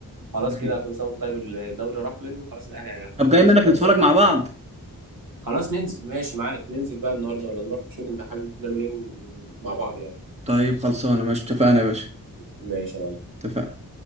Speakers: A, on the right; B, on the right.
A: خلاص
B: حقيقي.
A: كده كل سنه وانت طيب الدوري راح منه خلاص الاهلي
B: طب
A: هيخلص
B: جاي منك
A: الموضوع
B: نتفرج
A: ده
B: مع بعض
A: خلاص ننزل ماشي معاك ننزل بقى النهارده ولا نروح نشوف انت حابب نعمل ايه و- مع بعض يعني
B: طيب خلصانه ماشي اتفقنا يا باشا
A: ماشي يا معلم
B: اتفقنا